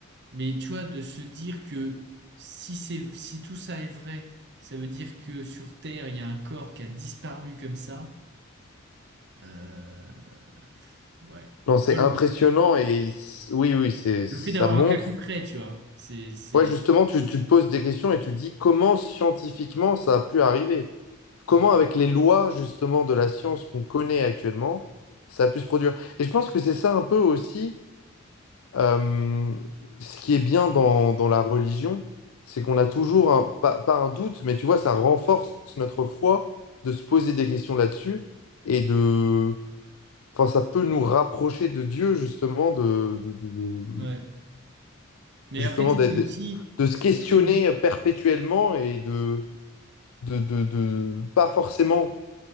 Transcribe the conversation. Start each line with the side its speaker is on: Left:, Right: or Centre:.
Right: Mais tu vois, de se dire que si c'est, si tout ça est vrai, ça veut dire que sur Terre, il y a un corps qui a disparu comme ça. euh, ouais.
Left: Non, c'est
Right: Le,
Left: impressionnant et c- oui, oui, c'est ça
Right: le fait d'avoir
Left: montre.
Right: un cas concret, tu vois, c'est. c'est-
Left: Ouais, justement, tu, tu te poses des questions et tu dis comment scientifiquement ça a pu arriver. comment
Right: Ouais.
Left: avec les lois justement de la science qu'on connaît actuellement, ça a pu se produire. Et je pense que c'est ça un peu aussi euh, ce qui est bien dans, dans la religion, c'est qu'on a toujours, un- pas, pas un doute, mais tu vois, ça renforce notre foi de se poser des questions là-dessus et de... Enfin, ça peut nous rapprocher de Dieu justement, de, de- de- de-
Right: ouais. Mais
Left: justement
Right: après, tu
Left: d'être-
Right: sais, c'est aussi.
Left: de, de se questionner
Right: euh, tout
Left: perpétuellement et de, de, de, de- pas forcément